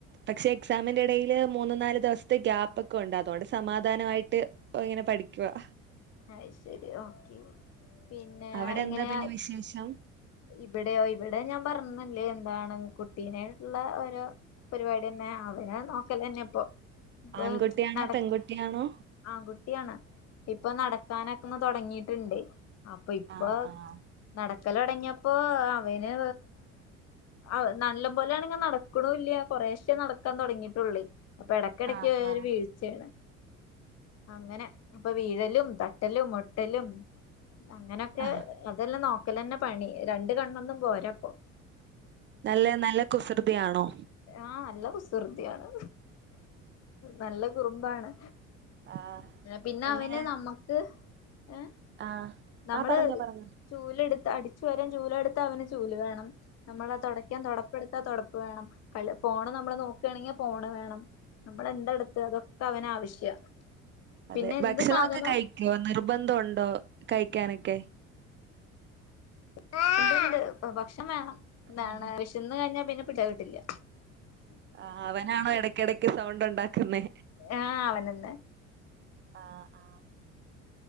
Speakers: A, on the right; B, on the left.
A: പക്ഷെ എക്സാമിന്റെ ഇടയില് മൂന്ന്ു നാല് ദിവസത്തെ ഗ്യാപ്പ് ഒക്കെ ഉണ്ട് അതുകൊണ്ട് സമാധാനമായിട്ട് ഓ ഇങ്ങനെ പഠിക്കുവാ
B: അ ശരി ഓക്കെ പിന്നെ
A: അവിടെ
B: എങ്ങനെയാ
A: എന്താ പിന്നെ വിശേഷം
B: ഇവിടെയൊ ഇവിടെ ഞാൻ പറഞ്ഞല്ലേ എന്താണ് കുട്ടീനെട്ടുള്ള ഓരോ പരിപാടി തന്നെ അവനാൻ നോക്കലന്നെ ഇപ്പൊ ഇപ്പൊ
A: ആൺകുട്ടിയാണോ
B: നട
A: പെൺകുട്ടിയാണോ
B: ആൺ കുട്ടിയാണ് ഇപ്പൊ നടക്കാനൊക്ക ന്ന് തുടങ്ങിട്ടുണ്ട് അപ്പൊ ഇപ്പൊ
A: ആഹ് ആഹ്
B: നടക്കലടങ്ങിയപ്പോൊ അവന് ആ നല്ലം പോലെയാണിങ്ങ നടക്കണില്ല കൊറെേശ്േ നടക്കാൻ തുടങ്ങിയിട്ടുള്ളേ അപ്പൊ ഇടക്കടക്ക്
A: ആഹ് ആഹ്
B: ഒരുവീഴ്ചയാണ്
A: ആഹ്
B: അങ്ങനെ അപ്പൊ വീഴ ലും തട്ടലും മുട്ടലും അങ്ങനൊക്കെ
A: ആഹ്
B: അതെല്ലാം നോക്കലന്നെ പണി രണ്ട് കണ്ണൊന്നും പോരാപ്പോ
A: നല്ല നല്ല കുസൃതിയാണോ
B: ആഹ് നല്ല കുസൃത്തിയാണ് നല്ല കുറുമ്പാണ്
A: ആഹ്
B: പിന്നെ
A: എങ്ങനെ
B: അവന് ന നമക്ക് ഏ
A: ആഹ്
B: നമ്മള്
A: ആഹ് പറഞ്ഞോ പറഞ്ഞോ
B: ചൂലെടുത്ത് അടിച്ചു വരാൻ ചൂലെടുത്ത അവന് ചൂല് വേണം നമ്മൾ തൊടയ്ക്കാൻ തുട പെടുത്താ തൊടപ്പ് വേണം ക ഫോണ് നമ്മള് നോക്കുകണെങ്കിൽ ഫോണ് വേണം നമ്മള എന്താ എടുത്ത് അതൊക്കെ പ്പവന ആവശ്യ
A: അതെ
B: പിന്നെ എന്ത്
A: ഭക്ഷണൊക്കെ
B: സാധനം
A: കഴിക്കുവോ നിർബന്ധം ഉണ്ടോ കഴിക്കാനൊക്കെ?
B: ആണ്ട് ഉണ്ട് ഉണ്ട് ഭക്ഷണം വേണം എന്താണ്ഷ്
A: ആഹ്
B: തിന്ന് കഴഞ്ഞാ പിന്നെ പിട് ച്ചാകിട്ടില്ല
A: ആ അവനാണോ എടക്കിടയ്ക്ക് സൗണ്ട് ഉണ്ടാക്കുന്നെ?
B: ആഹ അവനെന്നെ
A: ആഹ് ആഹ്